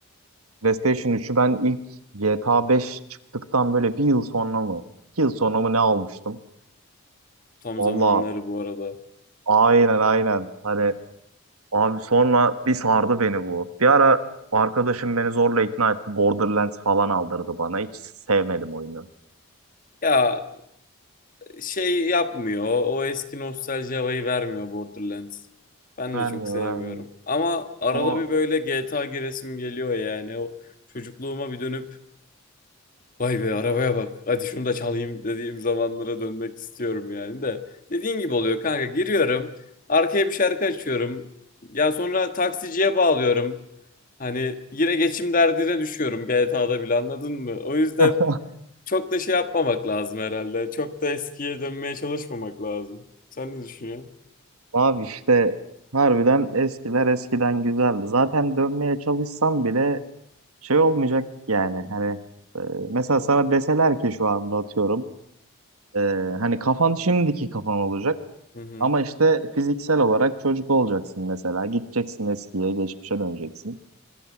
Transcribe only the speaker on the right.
PlayStation 3'ü ben ilk GTA 5 çıktıktan böyle bir yıl sonra mı? İki yıl sonra mı ne almıştım?
Valla
aynen aynen. Hani abi sonra bir sardı beni bu. Bir ara arkadaşım beni zorla ikna etti. Borderlands falan aldırdı bana. Hiç sevmedim oyunu.
Vermiyor
vermiyor.
Ama
<laughs>
Abi işte harbiden eskiler eskiden güzeldi. Zaten dönmeye çalışsam bile şey olmayacak yani. Hani e, mesela sana deseler ki şu anda atıyorum. e, hani kafan şimdiki kafan olacak.
Ama işte fiziksel olarak çocuk olacaksın mesela. Gideceksin eskiye, geçmişe döneceksin.